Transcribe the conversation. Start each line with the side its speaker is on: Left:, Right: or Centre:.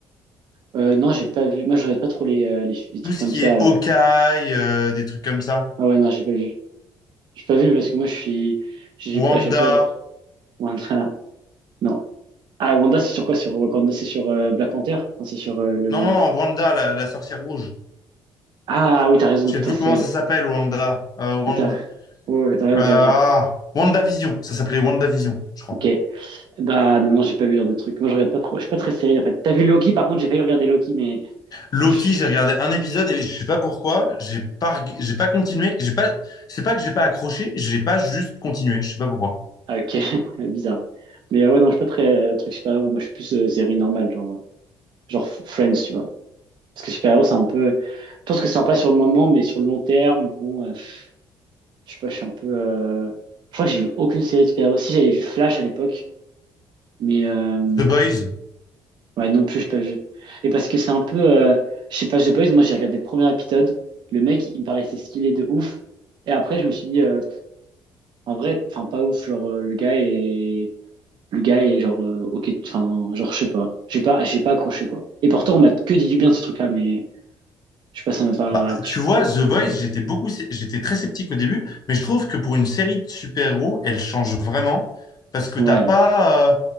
Right: euh, non, j'ai pas vu. Moi, je regarde pas trop les, euh, les, les trucs
Left: tout ce
Right: comme
Left: qui
Right: ça,
Left: est
Right: là.
Left: Hawkeye, euh, des trucs comme ça.
Right: Ah ouais, non, j'ai pas vu. J'ai pas vu parce que moi, je suis, j'ai
Left: Wanda.
Right: pas, j'ai pas, genre, Wanda, non. Ah, Wanda, c'est sur quoi? Sur Wakanda, c'est sur euh, Black Panther? Non, c'est sur euh, le,
Left: Non, non, non, Wanda, la, la sorcière rouge.
Right: Ah oui, t'as raison,
Left: Je
Right: putain,
Left: sais plus
Right: c'est
Left: comment
Right: elle.
Left: ça s'appelle, Wanda. Euh, Wanda.
Right: Ouais, T'as ouais, ouais, t'as raison,
Left: euh, Ah,
Right: t'as raison.
Left: WandaVision. Ça s'appelait WandaVision, je crois.
Right: Ok. Bah non, non, j'ai pas vu ce genre de truc. Moi, je regarde pas trop. Je suis pas très série, en fait. T'as vu Loki, par contre, j'ai failli regarder Loki, mais...
Left: Loki,
Right: je-
Left: j'ai regardé un épisode et je sais pas pourquoi. J'ai pas, reg- j'ai pas continué. J'ai pas, c'est pas que j'ai pas accroché. J'ai pas juste continué. Je sais pas pourquoi.
Right: Ah, ok, <laughs> bizarre. Mais euh, ouais, non, je suis pas très euh, truc super-héros. Moi, je suis plus euh, série normale, genre, euh, genre Friends, tu vois. Parce que super-héros, c'est un peu... Je pense que c'est sympa sur le moment, mais sur le long terme, bon, euh, pff, je sais pas, je suis un peu... euh, Je crois que j'ai vu aucune série de super-héros. Si, j'avais vu Flash à l'époque, mais... euh,
Left: The Boys.
Right: Ouais, non plus, j'ai pas vu. Et parce que c'est un peu. euh, je sais pas, j'ai pas vu, moi j'ai regardé le premier épisode. Le mec, il me paraissait stylé de ouf. Et après, je me suis dit, euh, en vrai, enfin, pas ouf. Genre, euh, le gars est. Le gars est genre, euh, ok, enfin, genre, je sais pas. J'ai pas, j'ai pas accroché, quoi. Et pourtant, on m'a que dit du bien de ce truc-là, mais je sais pas, ça m'a pas
Left: Bah,
Right: accroché.
Left: tu vois, The Boys, j'étais beaucoup, sé- j'étais très sceptique au début, mais je trouve que pour une série de super-héros, elle change vraiment parce que
Right: Ouais,
Left: t'as pas, euh,